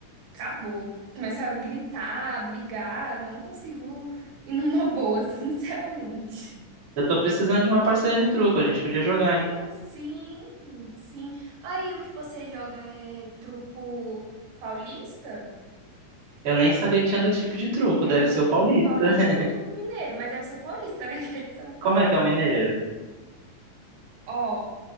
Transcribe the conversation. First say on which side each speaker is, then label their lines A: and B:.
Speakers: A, on the right; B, on the right.
A: Acabou. Começo a gritar, a brigar, não consigo ir numa boa, <laughs> sinceramente.
B: eu tô precisando de uma parceira de truco, a gente podia jogar, hein?
A: Mas sim, sim. Aí o que você joga é truco paulista?
B: Eu nem sabia que tinha dois tipos de truco,
A: Tem,
B: deve
A: tem
B: ser
A: o
B: o
A: truco
B: paulista.
A: paulista
B: <laughs>
A: e o truco mineiro, mas deve ser o paulista, né? <laughs> Que é de São Paulo.
B: Como é que é o mineiro?
A: Ó.